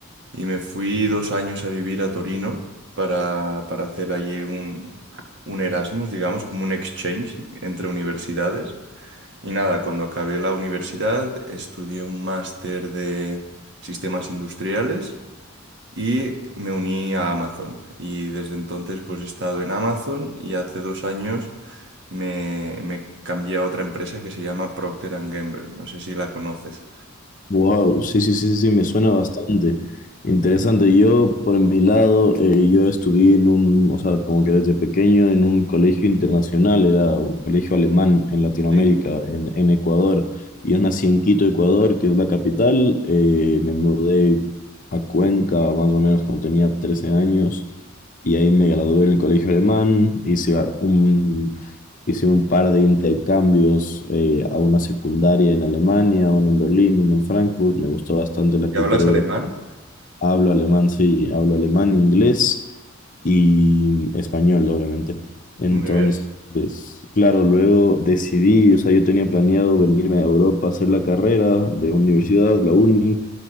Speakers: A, on the right; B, on the left.
A: y me fui dos años a vivir a Torino para, para hacer allí un, un Erasmus, digamos, como un exchange entre universidades. Y nada, cuando acabé la universidad estudié un máster de sistemas industriales y me uní a Amazon. Y desde entonces pues he estado en Amazon y hace dos años me, me cambié a otra empresa que se llama Procter and Gamble. No sé si la conoces.
B: Wow, sí, sí, sí, sí, sí, me suena bastante interesante. Yo, por mi lado, eh, yo estudié en un, o sea, como que desde pequeño en un colegio internacional, era un colegio alemán en Latinoamérica,
A: Sí.
B: en, en Ecuador. Yo nací en Quito, Ecuador, que es la capital. eh, me mudé a Cuenca más o menos cuando tenía 13 años y ahí me gradué en el colegio alemán, hice a- un Hice un par de intercambios eh, a una secundaria en Alemania, una en Berlín, una en Frankfurt. Me gustó bastante la
A: ¿Y
B: cultura
A: hablas
B: europea.
A: alemán?
B: Hablo alemán, sí, hablo alemán, inglés y español, obviamente. Entonces,
A: Muy bien.
B: claro, luego decidí, o sea, yo tenía planeado venirme a Europa a hacer la carrera de universidad, la uni,